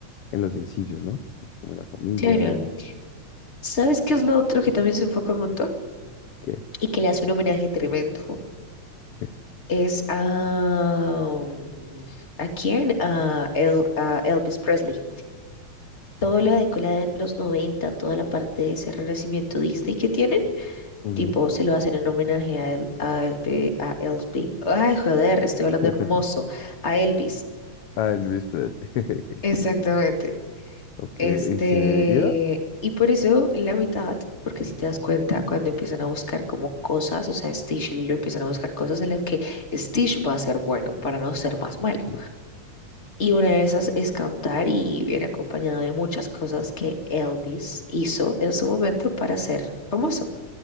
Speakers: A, on the left; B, on the left.
A: en lo sencillo, ¿no? Como la familia,
B: claro.
A: el
B: ¿Sabes qué es lo otro que también se enfoca un montón?
A: qué.
B: Y que le hace un homenaje tremendo.
A: <laughs>
B: Es a... ¿A quién? A, El- a Elvis Presley. Todo lo decolan los 90 toda la parte de ese renacimiento Disney que tienen,
A: Ujú.
B: tipo, se lo hacen en homenaje a, El, a, Elvi- a Elvis. Ay, joder, estoy hablando
A: <laughs>
B: hermoso. A Elvis.
A: Ah, el Luis Pérez. <laughs>
B: Exactamente.
A: Ok,
B: Este,
A: ¿en serio?
B: y por eso en la mitad, porque si te das cuenta, cuando empiezan a buscar como cosas, o sea, Stitch y Lilo empiezan a buscar cosas en las que Stitch va a ser bueno para no ser más malo.
A: Ok.
B: Y una de esas es cantar y viene acompañado de muchas cosas que Elvis hizo en su momento para ser famoso.